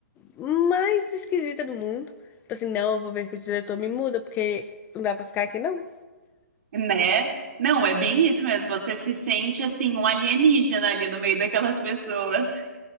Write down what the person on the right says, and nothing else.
Né? Não, é bem isso mesmo. Você se sente assim, um alienígena ali no meio daquelas pessoas.